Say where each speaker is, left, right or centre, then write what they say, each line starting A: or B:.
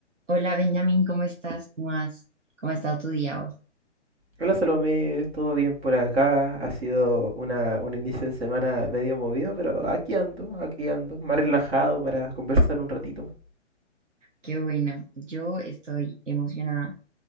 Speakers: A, on the right (about 85°); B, on the right (about 60°).
A: Hola Benjamín, ¿cómo estás? ¿Cómo has, cómo ha estado tu día hoy?
B: Hola Salomé, todo bien por acá. Ha sido una, un inicio de semana medio movido, pero aquí ando, aquí ando, más relajado para conversar un ratito.
A: Qué bueno, yo estoy emocionada